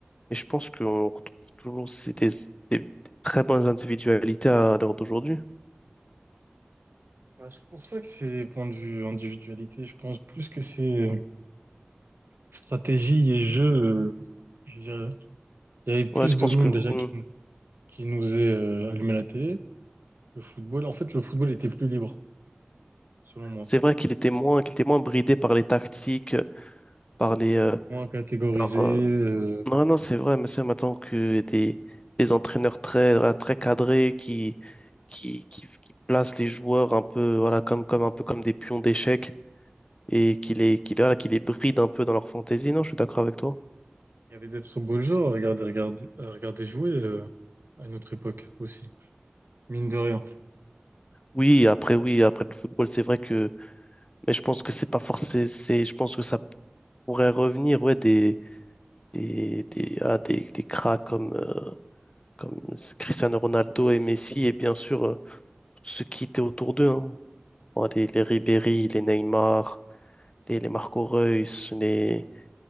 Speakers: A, on the left; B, on the right.
A: Et je pense qu'on retrouve toujours ces- des, des très bonnes individualités à l'heure d'aujourd'hui.
B: Bah, je pense pas que c'est point de vue individualité, je pense plus que c'est stratégie et jeu. euh, je dirais. il y avait plus
A: Ouais, tu
B: de
A: penses
B: monde
A: que mm,
B: déjà qui, qui nous est euh, allumé la télé. Le football, en fait, le football était plus libre, selon moi.
A: c'est vrai qu'il était moins, qu'il était moins bridé par les tactiques, par les, euh,
B: Moins catégorisé.
A: par, euh,
B: euh,
A: Non, non, c'est vrai, mais c'est maintenant que des, des entraîneurs très, voilà, très cadrés qui, qui, qui, qui placent les joueurs un peu, voilà, comme, comme, un peu comme des pions d'échecs et qui les, qui, voilà, qui les brident un peu dans leur fantaisie. Non, je suis d'accord avec toi.
B: Il y avait des très beaux joueurs à regarder, regarder, à regarder jouer euh, à une autre époque aussi, mine de rien.
A: Oui, après, oui, après le football, c'est vrai que, mais je pense que c'est pas forcément, c'est, je pense que ça pourrait revenir, ouais, des, des, des, ah, des, des cracks comme, euh, comme Cristiano Ronaldo et Messi et bien sûr, euh, tous ceux qui étaient autour d'eux, hein. Bon, les, les Ribéry, les Neymar. les, les Marco Reus, les...